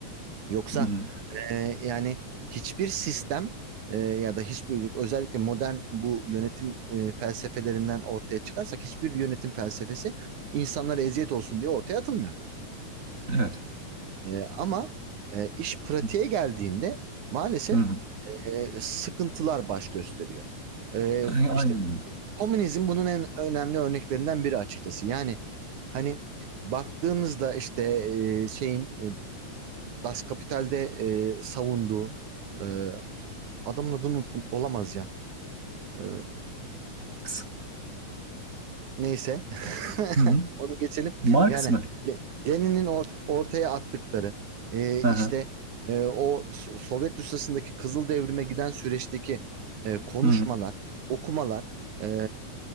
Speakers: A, on the right (about 75°); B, on the right (about 25°).
A: Yoksa
B: Hı hı,
A: ee, yani hiçbir sistem e, ya da hiçbir özellikle modern bu yönetim e, felsefelerinden ortaya çıkarsak hiçbir yönetim felsefesi insanlara eziyet olsun diye ortaya atılmıyor.
B: Evet.
A: E, ama e, iş pratiğe
B: Hı
A: geldiğinde maalesef
B: hı.
A: e, sıkıntılar baş gösteriyor. E,
B: Aynen
A: işte
B: öyle.
A: komünizm bunun en önemli örneklerinden biri açıkçası. Yani hani baktığımızda işte e, şeyin e, Das Kapital'de e, savunduğu e, Adamın adını unuttum. Olamaz ya. Ee,
B: Kısa.
A: neyse. <laughs>
B: Hı hı.
A: Onu geçelim.
B: Marx
A: Yani
B: mı?
A: Le- Lenin'in ort- ortaya attıkları e, işte
B: Aha.
A: e, o So- Sovyet Rusyası'ndaki Kızıl Devrim'e giden süreçteki e, konuşmalar,
B: Hı hı.
A: okumalar e,